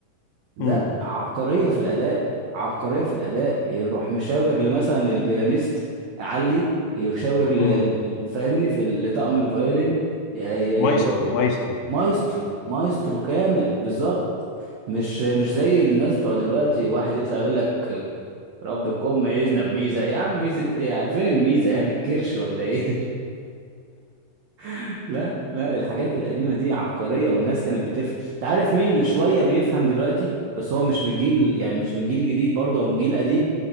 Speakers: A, on the right; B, on the left.
A: لا
B: امم
A: عبقريه في الاداء عبقريه في الاداء يروح مشاور ل- مثلا للبيانيست علي يشاور ل...
B: امم
A: ل- فاهمني في ال- لطقم الفيولين ي... ي...
B: مايسترو
A: يوط-
B: مايسترو
A: مايسترو مايسترو كامل بالظبط مش مش زي الناس بتوع دلوقتي واحد يطلع يقول لك ربكم ميزنا بميزه يا عم ميزه ايه يا عم؟ فين الميزه يعني الكرش ولا ايه <laughs> لا لا الحاجات القديمه دي عبقريه والناس كانت بتفهم انت عارف مين اللي شويه بيفهم دلوقتي بس هو مش من جيل
B: <laughs>
A: يعني مش من جيل جديد برضه هو من جيل قديم